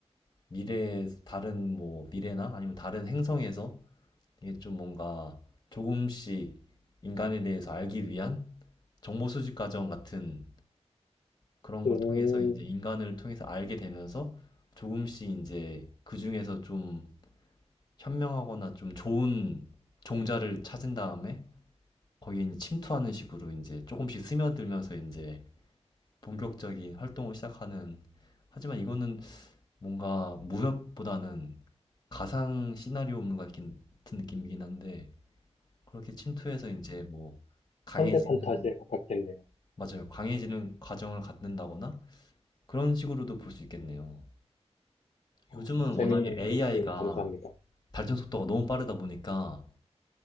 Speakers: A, on the left; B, on the left.
A: 미래, 다른 뭐 미래나 아니면 다른 행성에서 이게 좀 뭔가 조금씩 인간에 대해서 알기 위한 정보 수집 과정 같은 그런
B: 오,
A: 걸 통해서 인제 인간을 통해서 알게 되면서 조금씩 이제 그중에서 좀 현명하거나 좀 좋은 종자를 찾은 다음에 거기에 제 침투하는 식으로 이제 조금씩 스며들면서 이제 본격적인 활동을 시작하는 하지만 이거는 뭔가 무협보다는 가상 시나리오물 같은 느낌이긴 한데 그렇게 침투해서 이제 뭐 강해지는
B: 현대 판타지에 가깝겠네요.
A: 맞아요. 강해지는 과정을 갖는다거나 그런 식으로도 볼 수 있겠네요.
B: 어,
A: 요즘은
B: 재밌는
A: 워낙에 AI가
B: 소스 감사합니다.
A: 발전 속도가 너무 빠르다 보니까